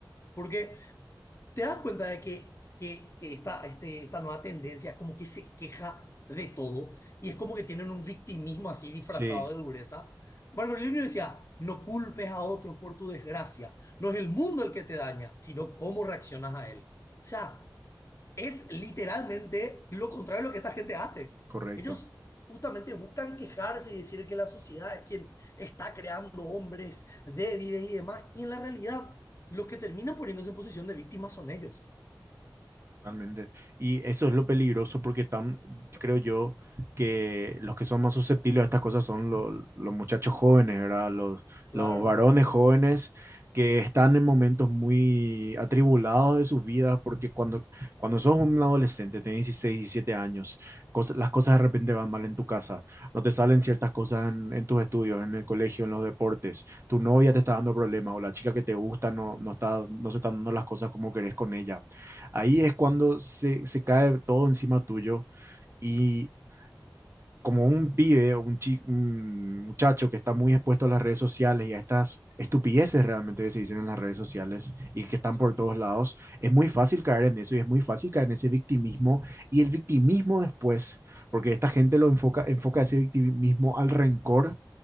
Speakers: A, on the left; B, on the right.
A: porque te das cuenta de que, que, que esta, este, esta nueva tendencia es como que se queja de todo y es como que tienen un victimismo así disfrazado
B: sí,
A: de dureza. Marco Aurelio decía, no culpes a otros por tu desgracia, no es el mundo el que te daña, sino cómo reaccionas a él. O sea, es literalmente lo contrario a lo que esta gente hace.
B: correcto.
A: Ellos justamente buscan quejarse y decir que la sociedad es quien está creando hombres débiles y demás, y en la realidad los que terminan poniéndose en posición de víctimas son ellos.
B: Totalmente. Y eso es lo peligroso porque están, creo yo, que los que son más susceptibles a estas cosas son lo- los muchachos jóvenes, ¿verdad? Los,
A: Claro,
B: los varones jóvenes que están en momentos muy atribulados de sus vidas porque cuando, cuando sos un adolescente, tenés 16, 17 años, cosas- las cosas de repente van mal en tu casa, no te salen ciertas cosas en, en tus estudios, en el colegio, en los deportes, tu novia te está dando problemas o la chica que te gusta no, no está, no se están dando las cosas como querés con ella Ahí es cuando se, se cae todo encima tuyo y como un pibe o un, chi- un muchacho que está muy expuesto a las redes sociales y a estas estupideces realmente que se dicen en las redes sociales y que están
A: sí,
B: por todos lados, es muy fácil caer en eso y es muy fácil caer en ese victimismo y el victimismo después, porque esta gente lo enfoca, enfoca ese victimismo al rencor